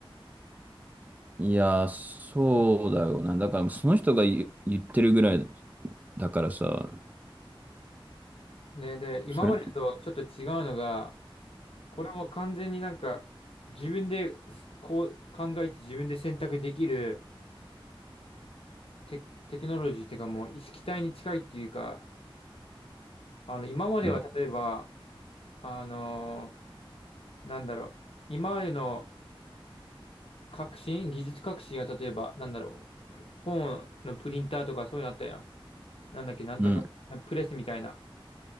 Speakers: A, on the right; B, on the left.
A: いやー、そうだよな。だから、その人が言言ってるぐらいだからさ、
B: ね、で、今までとちょっと違うのが、
A: それ、
B: これも完全になんか、自分でこう考えて自分で選択できるテ、テクノロジーっていうかもう意識体に近いっていうか、あの、今までは例えば、
A: うん。
B: あのーなんだろう、今までの革新、技術革新は例えば、なんだろう、プ本のプリンターとかそういうのあったやん。なんだっけ、なんとか、
A: うん。
B: プレスみたいな、